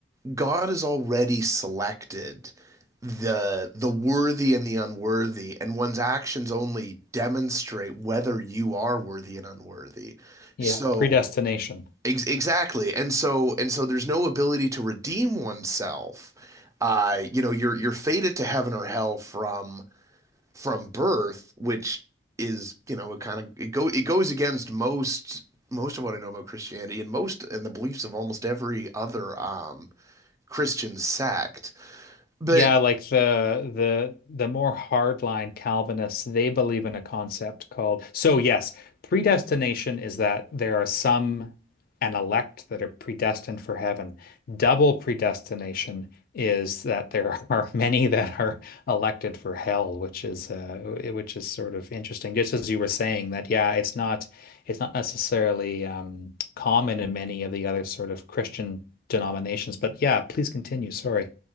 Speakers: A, on the right (about 15°); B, on the left (about 50°).
A: God has already selected the the worthy and the unworthy, and one's actions only demonstrate whether you are worthy and unworthy.
B: Yeah,
A: So
B: predestination.
A: Ex- exactly. And so and so there's no ability to redeem oneself. Uh, you know, you're you're fated to heaven or hell from from birth, which is, you know, it kind of it go it goes against most most of what I know about Christianity and most and the beliefs of almost every other um Christian sect. But
B: Yeah, like the the the more hardline Calvinists, they believe in a concept called so yes, predestination is that there are some an elect that are predestined for heaven. Double predestination is that there are <laughs> many that are elected for hell, which is uh which is sort of interesting. Just as you were saying that yeah, it's not it's not necessarily um common in many of the other sort of Christian denominations, but yeah, please continue. Sorry.